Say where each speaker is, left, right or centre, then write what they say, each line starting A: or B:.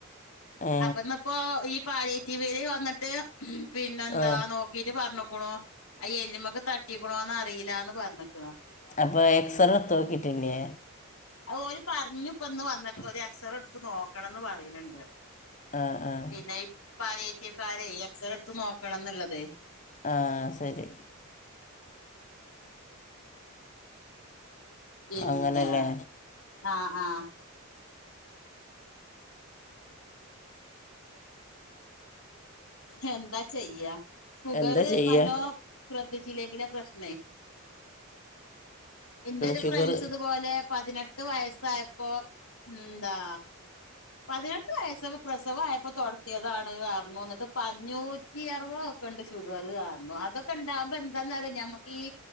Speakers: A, on the left; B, on the left.
A: ഏ
B: അപ്പൊന്നപ്പോ ഈ പാലിയേട്ടി വേര്- വന്നിട്ട് പിന്നെന്താ
A: ആ
B: നോക്കിട്ട് പറഞ്ഞോക്കണു. അയ്യല്ല്മ്മക്ക് തട്ടിക്ക്ണോന്ന് അറിയീലാന്ന് പറഞ്ഞിക്ക്ണ്
A: അപ്പൊ എക്സറ എട്തോക്കിട്ടില്ലേ?
B: അത് ഓല് പറഞ്പ്പന്ന് വന്നിട്ട് ഒരു എക്സറെ എടുത്ത് നോക്കണംന്ന് പറയ്ണണ്ട്
A: ആഹ് ആഹ്
B: പിന്നെ ഈ പാലിയേറ്റീവ്ക്കാരെ എക്സറെ എടുത്ത് നോക്കണം ന്ന്ള്ളതേ
A: ആ സെരി
B: പിന്നെ
A: അങ്ങനല്ലേ
B: ആഹ് ആഹ് ഹെന്താ ചെയ്യാ ഷുഗർ
A: എന്താ ചെയ്യുക
B: നല്ലോ ശ്രദ്ധിച്ചില്ലെങ്കില് പ്രശ്നേയി എന്റെ ഒരു
A: ഷുഗർ
B: ഫ്രണ്ട്സ് ഇതുപോലെ, പതിനെട്ട് വയസ്സായപ്പോ എന്താ, പതിനെട്ട് വയസ്സ പ്രസവായപ്പോ തൊട്ത്യതാണ് പറഞ്ഞു എന്നിട്ട് പ്പം അഞ്ഞൂ ഈ ആർവോക്കണ്ട് ഷുഗർ അറിഞ്ഞു അതൊക്കെ ഉണ്ടാവുമ്പൊ എന്താന്നറിയൊ ഞമ്മക്ക് ഈ